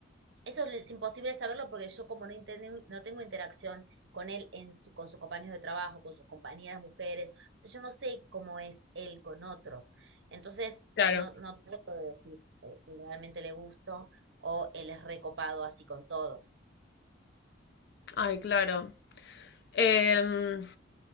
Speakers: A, on the right; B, on the left.
A: Eso es imposible saberlo porque yo como no, inten- no tengo interacción con él, en su, con sus compañeros de trabajo, con sus compañeras mujeres, o sea, yo no sé cómo es él con otros. Entonces,
B: Claro.
A: no, no puedo decir eh, realmente le gusto o él es recopado así con todos.
B: Ay, claro. Em,